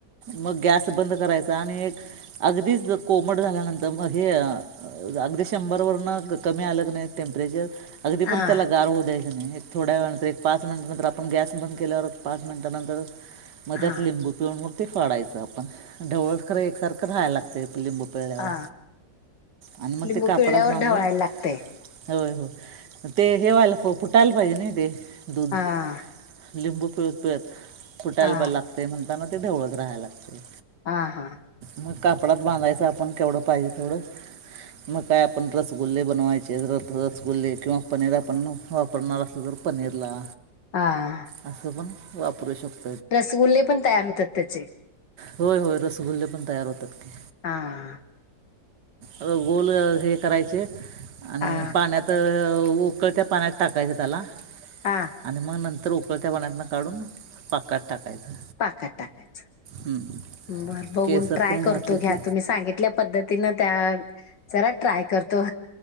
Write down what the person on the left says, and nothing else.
हा
हा
हा
लिंबू
पिळल्यावर
ढवळायला लागतंय.
हा
हा
हा हां
हां
रसगुल्ले पण तयार होतात त्याचे.
हां
हा
हां
पाकात टाकायचं.
बरं बघून
ट्राय
करतो
घ्या
तुम्ही सांगित कल्या पद्धतीन त्या जरा ट्राय करतो.